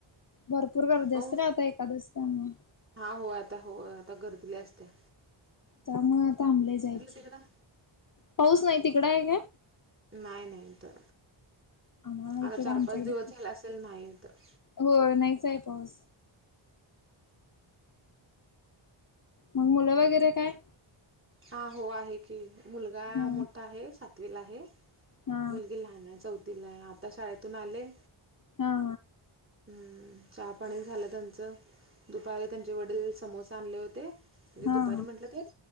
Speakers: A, on the left; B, on the right.
A: भरपूर गर्दी
B: पाऊस
A: असते ना आता एकादस त्यामुळे
B: हा हो आता हो आता गर्दील्या लई असतीया
A: तर मग थांबलं जायचं
B: तिकडं
A: पाऊस नाही तिकड हाय काय
B: नाही नाही इथं
A: आम्हाला इकडं
B: आता चार
A: आमच्या
B: पाच
A: इकडे
B: दिवस झाला असेल नाही इथं
A: हो नाहीच आहे पाऊस मग मुलं वगैरे काय
B: हा हो आहे की मुलगा
A: हा
B: मोठा आहे सातवीला आहे
A: हा
B: मुलगी लहान आहे चौथीला आहे आता शाळेतून आले
A: हा
B: हम्म चहा पाणी झालं त्यांचं दुपारी त्यांचे वडील समोसा आणले होते म्हणजे
A: हा
B: दुपारी म्हटलं तर